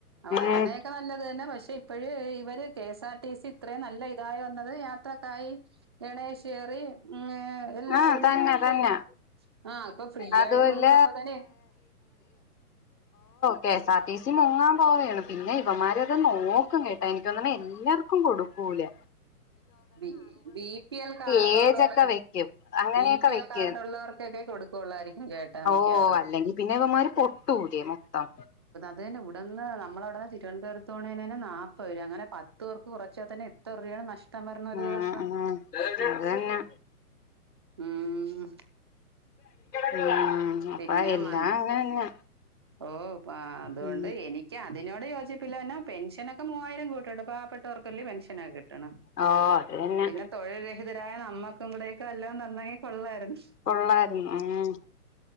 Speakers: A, on the right; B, on the left.
A: വരെണേക്കെ
B: ഉം
A: നല്ലത് തന്നെ പക്ഷെ എപ്പോഴേ ഇവര് K S R T C ഇത്രേ നല്ല ഇതായോണ്ട് അത് യാത്രക്കായി ഗണേഷേറി എല്ലാരെന്നും
B: ആഹ് തന്നെ
A: കറക്റ്റ്
B: തന്നെ
A: കി ആ ഇപ്പ ഫ്രീയായിട്ട്
B: അതുമല്ല
A: കൊടുക്കുമ്പോ തനെ
B: K S R T C മുങ്ങാൻ പോവേണ് പിന്നെ ഇവന്മാരെയൊക്കെ നോക്കും കെ എനിക്കോന്ന്ണ് എല്ലാർക്കും കൊടു പോവ് ല
A: B B P L card
B: age
A: ഉള്ളവർക്ക്
B: ഒക്കെ വെക്കും അങ്ങനെയൊക്കെ
A: ബി പി
B: വെക്കും
A: എൽ കാർഡ് ഉള്ളവർകേക്കെ കൊടുക്കുള്ളായിരിക്കും കേട്ടാ
B: ഓ
A: മിക്കാറും
B: അല്ലെങ്കിൽ പിന്നെ ഇവമാര് പൊട്ടു <unintelligible> മൊത്തം
A: ത് ന്നെ ഉടന്ന് നമ്മളവടന്ന് തിരുവനന്തപുരത്തോണെ നെന്നെ നാപ്പത്ത് രൂപ അങ്ങനെ പത്ത് പേർക്ക് കുറച്ചാത്തന്നെ എത്ര രൂപയാണ് നഷ്ടം വരുന്ന
B: ഉം
A: ഒരു ദിവസം
B: ഉം അ തന്നെ
A: ഉം
B: ഉം
A: പിന്നെ
B: അപ്പൊ എല്ലാം
A: മന്ത്
B: അങ്ങനെന്നെ
A: ഓ അതുകൊണ്ട്
B: ഉം
A: എനിക്ക് അതിനോട് യോജിപ്പില്ലന്നാ പെൻഷനൊക്കെ മൂവായിരം കൂട്ടിണ്ട് പാവപ്പെട്ടവർക്കയല്ല പെൻഷനൊക്കെ കിട്ടണം
B: ഓ അത് തന്നെ
A: പിന്നെ തൊഴിൽ രഹി ഹിതരായ നമ്മക്കും കൂടെയക്കെ വല്ലോം തന്നാ ങ്കി കൊള്ളായിര്ന്നു
B: കൊള്ളായിരുന്നു ഉം